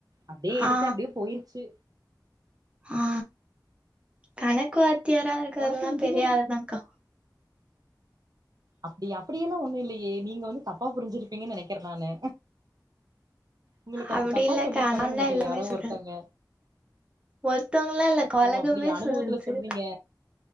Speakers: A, on the right; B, on the right.
A: அப்டியே எடுத்தே
B: ஆ
A: அப்டியே போயிருச்சு
B: ஆ கணக்கு வாத்தியாரா இருக்றதல்லா
A: உனக்கு இன்ஜினியரிங்
B: பெரிய ஆள்தான்க்கா
A: அப்டியா அப்டியெல்லா ஒண்ணு இல்லையே நீங்க வந்து தப்பா புரிஞ்சிருப்பீங்கன் நனக்கிறேன் நானு உங்களுக்கு
B: அப்டி
A: தப்பா
B: இல்லக்கா
A: சொல்லிருப்பாங்கன்னு
B: அதனால
A: நெனைக்கிறே
B: எல்லாமே
A: யாரோ
B: சொல்றது
A: ஒருத்தங்க
B: ஒருத்தவங்களா இல்லக்கா
A: ஓ
B: உலகமே
A: அப்டியா அனுபவத்துல
B: சொல்லுது
A: சொல்றீங்க